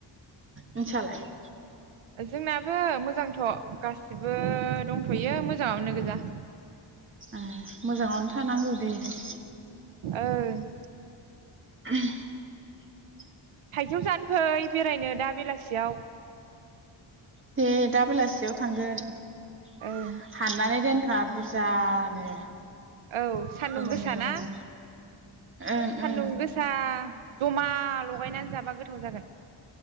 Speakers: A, on the right (about 25°); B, on the right (about 80°).
A: नोंसा लाय?
B: जोंनाबो मोजांथ' गासिबो दंथ'यो मोजाङावनो गोजा ।
A: ओ मोजाङावनो थानांगौ दे ।
B: ओ ।
A: <inaudible>
B: थाइजौ जानो फै बेरायनो दा बेलासियाव ।
A: दे दा बेलासियाव थांगोन ।
B: ओं
A: हाननानै दोन खा बुरजानो
B: औ सान्दुं
A: गोमोन
B: गोसा
A: गोमोन
B: ना
A: । ओं
B: सान्दुं
A: ओं ।
B: गोसा जमा लगायनानै जाबा गोथाव जागोन ।